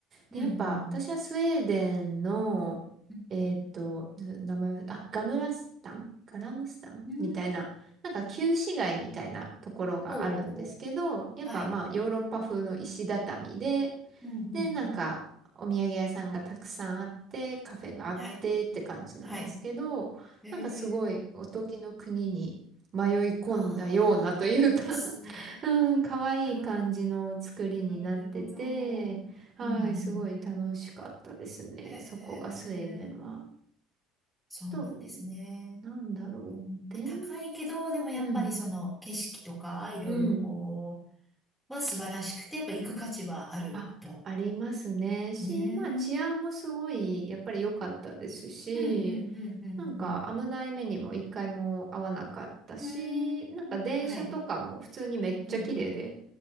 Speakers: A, in the centre; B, on the right.
A: うん、
B: で、やっぱ私はスウェーデンの、
A: うん、うん。
B: えーっと、名前、あ、ガムラスタンガラムスタンみたいな、
A: うん、
B: なんか旧市街みたいなところがあるんですけど、
A: ほうほうほう。
B: やっぱまあヨーロッパ風の石畳で、
A: はい。うん、うん、うん。
B: で、なんか、お土産屋さんがたくさんあって、カフェがあってって感じなんですけど、
A: はい、はい。へえ、
B: なんかすごいおとぎの国に迷い込んだようなというか
A: ああ、いいですね。
B: <laughs> うん、可愛い感じの作りになってて、
A: ああ、なるほど。うん、
B: はい、
A: うん。
B: すごい楽しかったですね。
A: へえ。
B: そこがスウェーデンは。
A: そうなんですね。
B: と、なんだろう。
A: うん、
B: デ
A: まあ、高いけど、でもやっぱりその景色とかいろいろこ
B: うん、うん。
A: う、は素晴らしくて、やっぱ行く価値はあると。
B: あありますね。し、
A: うーん。
B: まあ治安もすごい、やっぱり良かったですし、
A: うん、うん、うん、
B: なんか危ない目にも一回も遭わなかったし、
A: うん、うん。うーん。
B: なんか電車とかも普通にめっちゃ綺麗で。
A: はい。うん、うん。